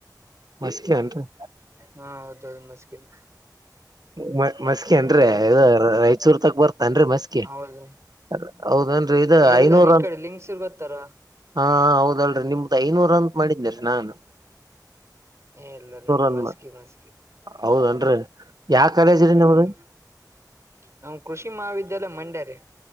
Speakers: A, on the right; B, on the right.
A: ಮಸ್ಕಿ ಏನ್ರರಿ
B: ಹಾ ಹೌದೌದು ಮುಸ್ಕಿನ್
A: ಮ ಮಸ್ಕಿ ಅನ್ರಿ ರಾಯಚೂರ್ ತಕ್ ಬರ್ತನ್ರಿ ಮಸ್ಕಿ
B: ಹೌದು
A: ಅ ಹೌದೇನ್ರಿ ಇದ
B: ಎಲ್ಲರಿ
A: ಐನೂರ
B: ಈ ಕಡೆ ಲಿಂಗ್ಸೂರ್ ಗೊತ್ತಾರ
A: ಹಾ ಹೌದಲ್ರಿ ನಿಮ್ದ ಐನೂರ ಅಂತ್ ಮಾಡಿದಲರೀ ನಾನು
B: ಇಲ್ಲಾ ನಮದು
A: ಅನ್
B: ಮಸ್ಕಿ ಮಸ್ಕಿ
A: ಹೌದನ್ರಿ ಯಾವ ಕಾಲೇಜ ರೀ
B: ಹ್ಮ್
A: ನಿಮ್ದ
B: ನಮ್ ಕೃಷಿ ಮಹಾವಿದ್ಯಾಲಯ ಮಂಡ್ಯ ರಿ